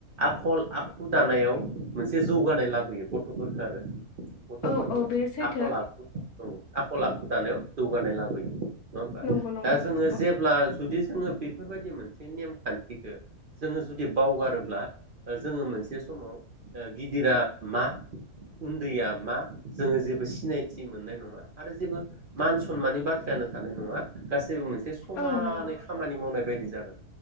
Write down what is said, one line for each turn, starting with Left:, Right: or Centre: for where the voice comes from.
Right: आखल आखु दानायाव मोनसे जौगानाय लाबोयो गथ'फोरखौ आरो। गथ'फोरखो
Left: औ औ बे सैथो
Right: आखल आखु औ आखल आखु दानायाव जौगानाय लाबोयो नङा होमबा
Left: नंगौ नंगौ
Right: दा जोङो
Left: औ
Right: जेब्ला जुदि जोङो बेफोरबायदि मोनसे नेम खान्थिखो जोङो जुदि बावगारोब्ला ओ जोङो मोनसे समाव ओ गिदिरा मा उन्दैया मा जोङो जेबो सिनायथि मोननाय नङा आरो जेबो मान सनमाननि बाथ्रायानो थानाय नङा। गासैबो मोनसे समानै
Left: औ नंगौ
Right: खामानि मावनाय बायदि जागोन।